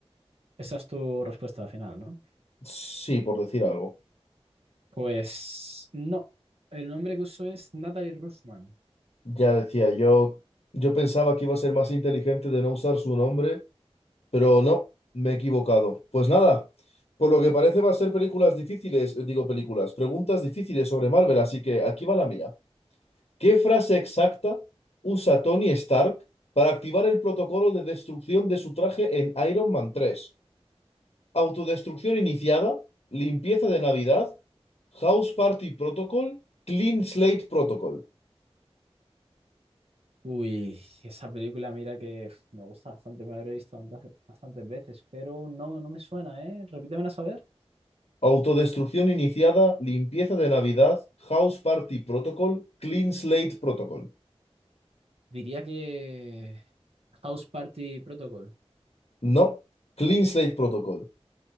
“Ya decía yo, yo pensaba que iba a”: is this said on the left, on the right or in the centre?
Left